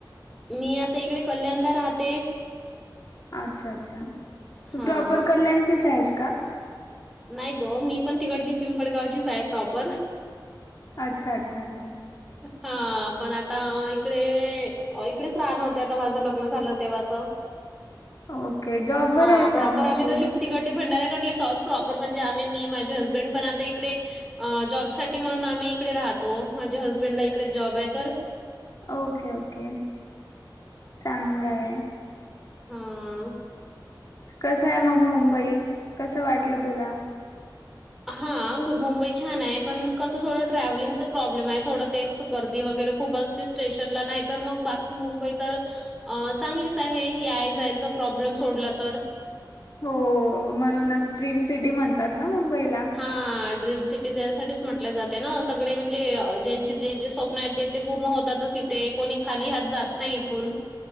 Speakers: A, in the centre; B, on the left.
A: मी आता इकडे कल्याणला राहते.
B: अच्छा! अच्छा! तू
A: हां.
B: प्रॉपर कल्याणचीच आहेस का?
A: नाही गं. मी पण तिकडली पिंपळगावचीच आहे प्रॉपर.
B: अच्छा! अच्छा! अच्छा!
A: हा. पण आता इकडे, इकडेच राहान होते, आता माझं लग्न झालं तेव्हाचं.
B: ओके जॉब
A: <inaudible> हा
B: वर आहेस
A: प्रॉपर
B: का मग
A: आम्ही
B: तू?
A: तशी तिकडंले भंडाऱ्या कडलेच आहोत. प्रॉपर म्हणजे आम्ही मी माझे हसबंड पण आता इकडे अ जॉब साठी म्हणून आम्ही इकडे राहतो. माझ्या हसबंडला इकडे जॉब आहे तर.
B: Okay okay. <inaudible> चांगलंय.
A: हम्म.
B: कसं आहे मग मुंबई? कसं वाटलं तुला?
A: हा मुंबई छान आहे. पण कसं थोडं ट्रॅव्हलिंगच प्रॉब्लेम आहे. थोडं तेच गर्दी वगैरे खूप अस स्टेशनला. नाही तर मग बाकी मुंबई तर- अ चांगलीच आहे, याय जायचं प्रॉब्लेम सोडला तर.
B: हो. म्हणूनच ड्रीम सिटी म्हणतात ना मुंबईला.
A: हा. ड्रीम सिटी त्यासाठीच म्हटले जाते ना. सगळे म्हणजे- ज्यांचे जे जे स्वप्न आहे, ते ते पूर्ण होतातच इथे. कोणी खाली हात जात नाही इथून.